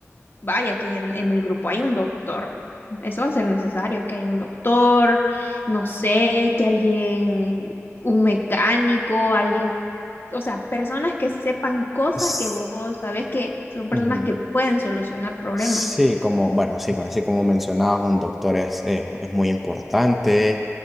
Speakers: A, on the left; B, in the centre.
A: Vaya, que en, en el grupo hay un doctor. Eso va a ser necesario, que haya un doctor, no sé, que alguien, un mecánico, alguien, o sea, personas que sepan cosas
B: S-
A: que vos sabés que son personas
B: Ujú.
A: que pueden solucionar problemas.
B: Sí, como, bueno, sí, así como mencionabas, un doctor es, eh, es muy importante.